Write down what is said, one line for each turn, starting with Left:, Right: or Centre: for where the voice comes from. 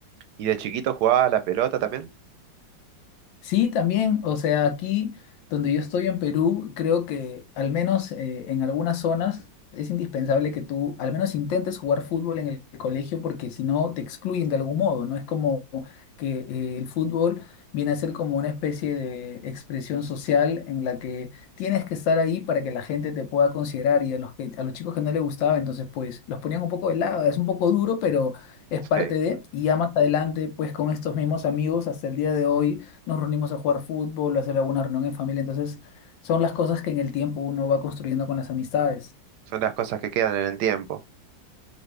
Right: ¿Y de chiquito jugaba a la pelota también?
Left: Sí, también, o sea, aquí donde yo estoy en Perú, creo que al menos eh, en algunas zonas es indispensable que tú al menos intentes jugar fútbol en el colegio porque si no te excluyen de algún modo, ¿no? Es como que eh, el fútbol viene a ser como una especie de expresión social en la que tienes que estar ahí para que la gente te pueda considerar y a los que, a los chicos que no les gustaba, entonces pues los ponían un poco de lado, es un poco duro, pero es parte
Right: Sí,
Left: de, y ya más adelante pues con estos mismos amigos hasta el día de hoy nos reunimos a jugar fútbol, a hacer alguna reunión en familia. Entonces, son las cosas que en el tiempo uno va construyendo con las amistades.
Right: son las cosas que quedan en el tiempo.